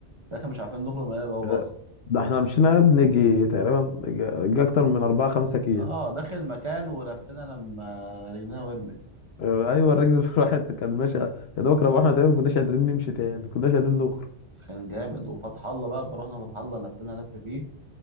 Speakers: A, on the right; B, on the left.
A: في الآخر مش عارفين نخرج من البوابة
B: آه،
A: أصلا
B: ده احنا مشينا بنيجي تقريبا جا جا اكتر من أربعة خمسة كيلو
A: اه داخل المكان ولفينا لما رجلينا ورمت
B: آه، ايوه الراجل <laughs> الواحد كان ماشي يا دوبك روحنا تقريبا ما كناش قادرين نمشي تاني ما كناش قادرين نخرج
A: بس كان جامد وفتح الله بقى رحنا فتح الله لفينا لف فيه